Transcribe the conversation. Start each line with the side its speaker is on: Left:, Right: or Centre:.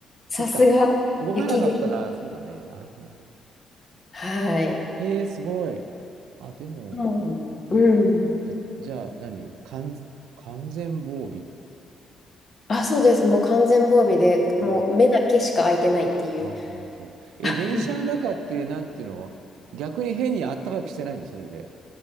Left: さすが、
Right: そっか、動かなかったら、
Left: 雪国。
Right: そうだね。なるほど。
Left: はい。
Right: へえ、すごい。あ、でも、
Left: う
Right: えー、
Left: んうん。
Right: じゃ、じゃあ何、完、完全防備、
Left: あ、そうです。もう完全防備で、
Right: 防備。
Left: もう目だけしか開いてないっていう。
Right: あ、本当。え、
Left: <laughs>
Right: 電車の中って、なんていうの逆に変にあったかくしてないのそれで。